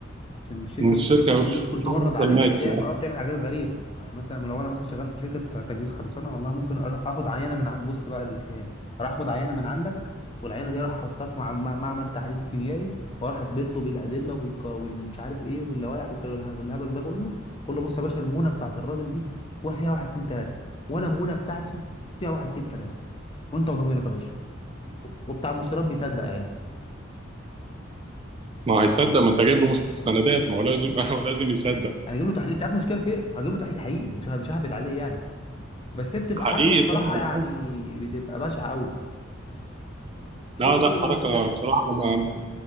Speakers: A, on the left; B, on the right.
A: عشان الشركه
B: من الشركه
A: بتدخل
B: او
A: بتدخل
B: الشغل
A: تورد
B: يفضل
A: عليك
B: ميت
A: بتعمل اه بتعمل حاجات غريبه يعني مثلا لو انا مثلا شغال في شركه تجهيز خرسانه والله ممكن اروح اخد عينه من عند بص بقى الاجتهاد اروح اخد عينه من عندك والعينه دي اروح احطها في مع- مع- معمل تحليل كيميائي واروح اثبت له بالادله وبالك... والمش عارف ايه واللوائح والك- والها- والهبل ده كله اقول له بص يا باشا المونه بتاعت الراجل دي فيها واحد اتنين تلاته وانا المونه بتاعتي فيها واحد اتنين تلاته وانت وضميرك يا باشا وبتاع المشتريات بيصدق يعني
B: ما هو هيصدق ما انت جايب له مستندات ما هو لازم <laughs> ما هو لازم يصدق
A: انا اجيب له تحليل تعرف المشكله في ايه؟ هجيب له تحليل حقيقي مش ه- مش ههبل عليه يعني بس هي بتبقى
B: حقيقي
A: حركه الصراحه
B: طبعا
A: يعني بتبقى بشعه قوي الشغل
B: لا لا
A: كله بيبقى
B: حركه
A: ماشي كده
B: بصراحه ما ما